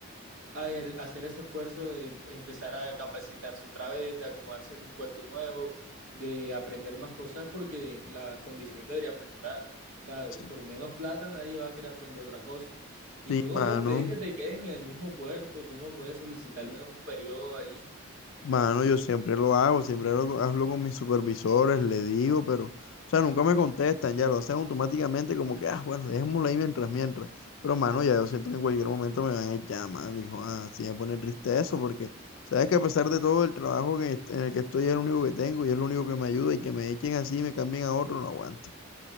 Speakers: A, on the right; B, on the left.
A: a er, hacer ese esfuerzo de empezar a capacitarse otra vez, de acomodarse en un puesto nuevo, de aprender más cosas porque las condiciones deberían mejorar. O sea,
B: Sí.
A: por menos plata nadie va a querer aprender otra cosa. Y
B: Sí,
A: tú
B: mano.
A: no puedes pedir que te queden en el mismo puesto, tú no puedes solicitar menos un periodo ahí.
B: Mano, yo siempre lo hago, siempre lo, hablo con mis supervisores, le digo, pero, o sea, nunca me contestan, ya lo hacen automáticamente como que, ah, bueno, dejémoslo ahí mientras, mientras. Pero, mano, ya yo siento que en cualquier momento me van a echar, mano, hijo, ah, sí me pone triste eso, porque, sabes que a pesar de todo el trabajo que, est- en el que estoy es el único que tengo y es lo único que me ayuda y que me echen así y me cambien a otro, no aguanto.